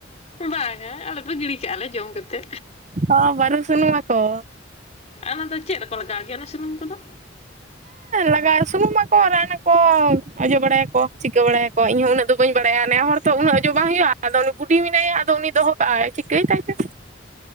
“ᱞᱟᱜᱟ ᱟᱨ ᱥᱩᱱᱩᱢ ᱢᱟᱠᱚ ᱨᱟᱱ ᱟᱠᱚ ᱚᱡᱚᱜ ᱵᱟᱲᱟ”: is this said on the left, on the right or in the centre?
Right